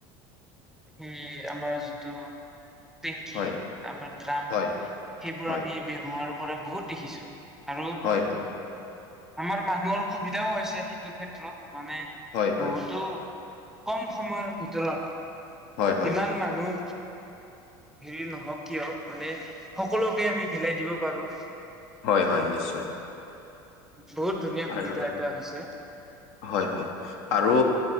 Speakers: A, in the centre; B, on the left (about 70°).
A: সেই আমাৰ যিটো টেংকি
B: হয়
A: আমাৰ ড্ৰাম
B: হয়
A: সেইবোৰ
B: হয়
A: আমি ব্যৱহাৰ কৰা বহুত দেখিছোঁ। আৰু
B: হয় হয়
A: আমাৰ মানুহৰ সুবিধাও হৈছে সেইটো ক্ষেত্ৰত মানে
B: হয় হয়
A: বহুতো কম সময়ৰ ভিতৰত
B: হয় হয়
A: যিমান মানুহ হেৰি নহওক কিয় মানে সকলোকে আমি বিলাই দিব পাৰোঁ।
B: হয় হয়, নিশ্চয়।
A: বহুত ধুনীয়া সুবিধা
B: আৰু
A: এটা হৈছে।
B: হয় হয়। আৰু